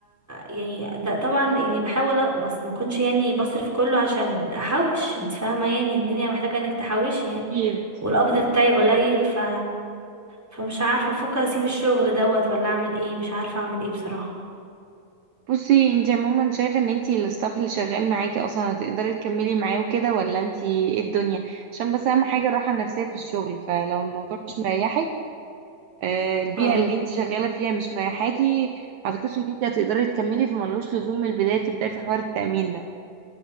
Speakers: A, in the centre; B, on the right.
A: يعني ده طبعا يعني بحاول أ- ما أص- ما اكونش يعني بصرف كله عشان احوش انت فاهمه يعني الدنيا محتاجه انك تحوشي يعني
B: اكيد
A: والقبض بتاعي قليل ف فمش عارفه بفكر اسيب الشغل دوت ولا اعمل ايه مش عارفه اعمل ايه بصراحه
B: بصي انت عموما شايفة ان انت الستاف اللي شغال معاكي اصلا هتقدري تكملي معاه وكده ولا انت ايه الدنيا عشان بس اهم حاجة الراحة النفسية في الشغل فلو الموضوع مش مريحك آه، البيئة
A: اه
B: اللي انت شغالة فيها مش مريحاكي ما اعتقدش ان انت هتقدري تكملي فملوش لزوم من البداية تبداي في حوار التأمين ده